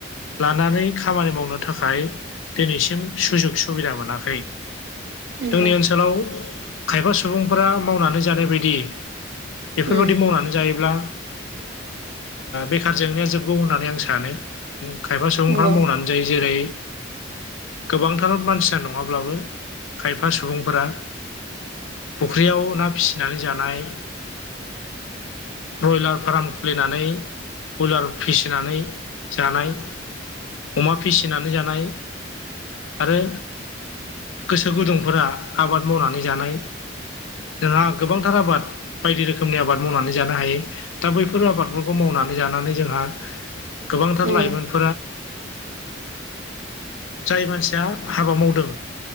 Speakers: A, on the left; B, on the right.
A: लानानै खामानि मावनो थाखाय दिनैसिम सुजुग सुबिदा मोनाखै
B: नंगौ
A: जोंनि ओनसोलाव खायफा सुबुंफोरा मावनानै जानाय बायदि बेफोरबायदि
B: उम
A: मावनानै जायोब्ला बेखार जेंनाया जोबगौ होननानै आं सानो खायफा सुबुंफोरा
B: नंगौ
A: मावनानै जायो जेरै गोबांथार मानसिया नङाब्लाबो खायफा सुबुंफोरा फुख्रियाव ना फिसिनानै जानाय ब्रयलार फार्म खुलिनानै बयलार फिसिनानै जानाय अमा फिसिनानै जानाय आरो गोसो गुदुंफोरा आबाद मावनानै जानाय जोंहा गोबांथार आबाद बायदि रोखोमनि आबाद मावनानै जानो हायो दा बैफोर आबादफोरखौ मावनानै जानानै जोंहा गोबांथार
B: उम
A: लाइमोनफोर जाय मानसिया हाबा मावदों।